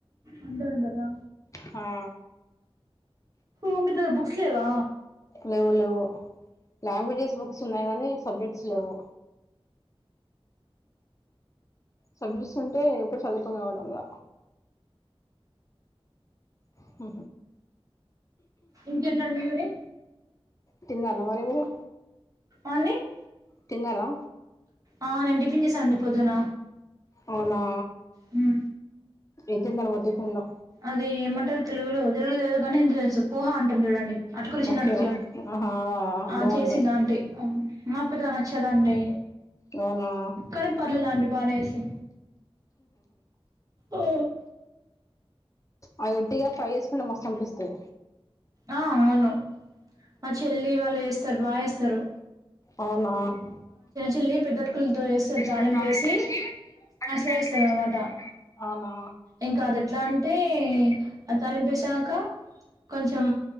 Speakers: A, on the right; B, on the left.
A: అంటే అంటారా.
B: హా.
A: ఆ మీద బుక్స్ లేవా
B: లేవు లేవు లాంగ్వేజెస్ బుక్స్ ఉన్నాయి కానీ సబ్జెక్ట్స్ లేవు. సబ్జెక్ట్స్ ఉంటే ఎప్పుడు చదువుకునే వాళ్ళం ఇగ. హహ
A: ఇంకేంటండి మరి.
B: తిన్నానా మరి మీరు.
A: అని <unintelligible>
B: తిన్నారా.
A: ఆ నేన్ టిఫిన్ చేసానండి పొద్దున.
B: అవునా.
A: అను
B: ఏం తిన్నారు మరి టిఫిన్ లో.
A: అది ఏమంటారు తెలుగులో తెలుగులో తెలియదు కానీ హిందీలో తెలుసు. పూహ అంటాం చూడండి అటుకులు చిన్న
B: ఓకే
A: అటుకులు
B: ఆహా
A: ఆ
B: బాగుంటాయి
A: చేసిందా ఆంటీ మాక్ పెద్దగా నచ్చదండి
B: అవునా.
A: కానీ పర్లేదు ఆంటీ బానే చేసా. ఆ.
B: అవి ఒట్టిగా ఫ్రై <unintelligible> మస్తు కనిపిస్తయ్
A: ఆ అవును మా చెల్లి వాళ్ళు వేస్తారు బాగా వేస్తారు.
B: అవునా. పెద్ద
A: చెల్లి అటుకులతో చేస్తది తాలింపు
B: పెడతానుంటేసి
A: వేసి
B: అంటే స్నాక్స్
A: లా చేస్తది
B: తీస్త
A: అన్నమాట
B: అనమాట. అవునా.
A: ఇంకా అది ఎట్లా అంటే తాలింపెసాక. కొంచెం